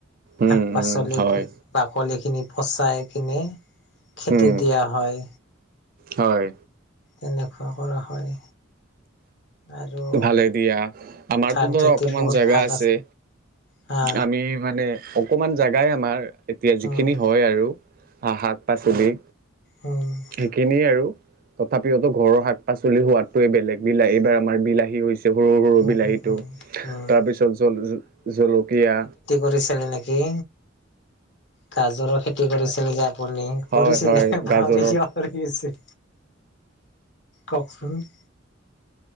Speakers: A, on the right; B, on the left.
A: উম
B: শাক পাচলি
A: উম হয়
B: বাকলিখিনি পচাই কিনে খেতিত
A: উম
B: দিয়া হয়
A: হয়
B: তেনেকুৱা কৰা হয় আৰু
A: ভালে দিয়া আমাৰতো
B: ধান
A: ধৰা
B: খেতি
A: অকমান
B: বহুত
A: জেগা
B: ভাগ
A: আছে
B: হা
A: আমি মানে অকমান জাগাই আমাৰ এতিয়া যিখিনি
B: উম
A: হয় আৰু শাক পাচলি
B: উ <unintelligible>
A: সেইখিনিয়ে আৰু তথাপিও ঘৰৰ শাক পাচলি সোৱাদোৱে বেলেগ বিলাহী এইবাৰ আমাৰ বিলাহী ৰুয়ছো সৰু সৰু
B: উম
A: বিলাহীটো
B: উম উম উম
A: তাৰ পিছত জ জলকীয়া
B: কৰিছিল নেকি কি গাজৰৰ খেতি কৰিছিলে যে আপুনি
A: হয়
B: কৰিছিলে
A: হয়
B: পাহৰি
A: গাজৰৰ
B: কিয় আৰু কি কওকচোন <inaudible>